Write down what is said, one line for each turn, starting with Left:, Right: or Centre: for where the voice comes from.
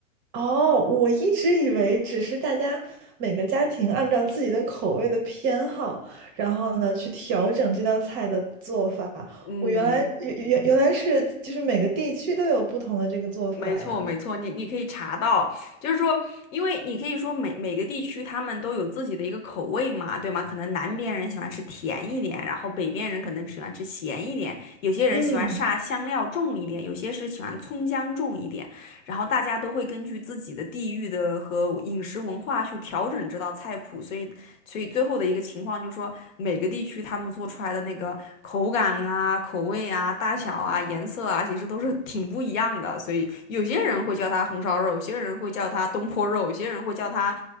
Right: 哦，我一直以为只是大家每个家庭按照自己的口味的偏好，然后呢去调整这道菜的做法。
Left: 嗯。
Right: 我原来原原原来是就是每个地区都有不同的这个做法呀。
Left: 没错，没错，你你可以查到，就是说，因为你可以说每每个地区他们都有自己的一个口味嘛，对吗？可能南边人喜欢吃甜一点，然后北边人可能喜欢吃咸一点，有些人喜欢煞香料重一点，
Right: 嗯，
Left: 有些是喜欢葱姜重一点，然后大家都会根据自己的地域的和饮食文化去调整这道菜谱，所以所以最后的一个情况就是说，每个地区他们做出来的那个口感啊、口味啊、大小啊、颜色啊，其实都是挺不一样的。所以有些人会叫它红烧肉，有些人会叫它东坡肉，有些人会叫它